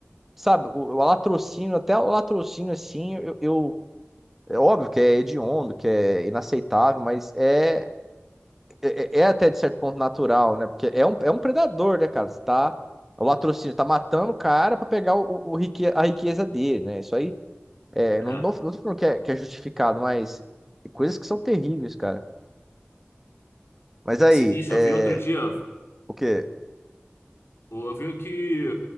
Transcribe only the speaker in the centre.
sabe, o, o latrocínio, até o latrocínio assim, eu, eu- É óbvio que é hediondo, que é inaceitável, mas é, é, é é até de certo ponto natural, né? Porque é um, é um predador, né, cara? Você tá, o latrocínio tá matando o cara pra pegar o, o, o rique- a riqueza dele, né? Isso aí, é, não,
não, não tô falando que é, que é justificado, mas tem coisas que são terríveis, cara. Mas aí,
é,
o quê?